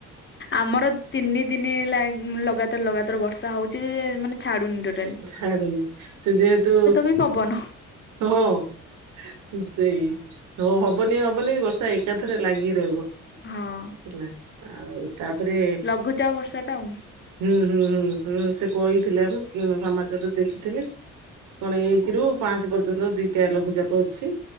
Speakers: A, on the left; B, on the right.
A: ଆମର ତିନି ଦିନି ହେଲା, ଲଗାତର୍ ଲଗା ତର ବର୍ଷା ହୋଉଚି ଯେ ମାନେ ଛାଡୁନି ଟୋ
B: ଛାଡୁନି, ସେ ଯେହେତୁ
A: ବି ପବନ।
B: ହୋ ହୋ। ସେଇ ହୋ ହବନି ହବନି ବର୍ଷା ଏକାଥରେ ଲାଗି ରହିବ।
A: ହଁ।
B: ହେଲା ଆଉ ତାପରେ
A: ଲଘୁଚାପ ବର୍ଷା ଟା ଆଉ
B: ହୁଁ ହୁଁ ହୁଁ ହୁଁ ସେ କହିଥିଲା ପା ସମାଜ ରେ ଦେଖିଥିଲେ। କଣ ଏକେ ରୁ ପାଞ୍ଚେ ପର୍ଯ୍ୟନ୍ତ, ଦିଟା ଲଘୁଚାପ ଅଛି।